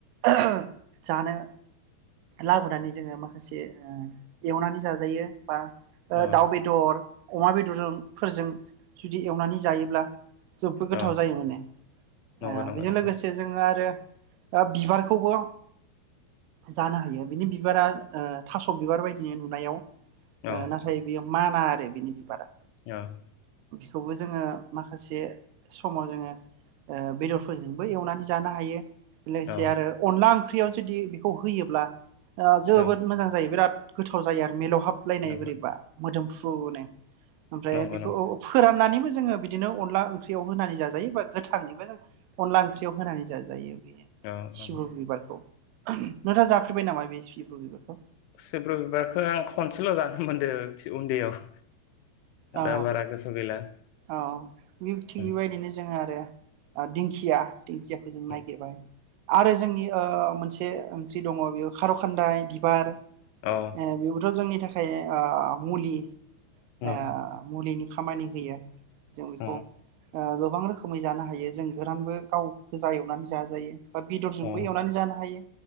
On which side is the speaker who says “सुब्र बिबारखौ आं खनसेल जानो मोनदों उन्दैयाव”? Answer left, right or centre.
Left